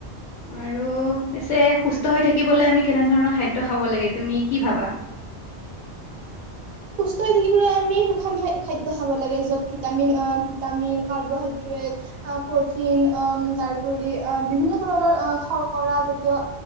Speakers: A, on the left; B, on the right.
A: আৰু পিছে সুষ্ট হৈ থাকিবলে আমি কেনেধৰণৰ খাদ্য খাব লাগে তুমি কি ভাবা?
B: সুস্থ হৈ থাকিব আমি সুষম খাদ্য খাব লাগে যত ভিটামিন আহ ভিটামিন কাৰ্বহাইড্ৰেট প্ৰটিন তাৰপৰি বিভিন্ন ধৰণৰ শৰ্কৰা জাতীয়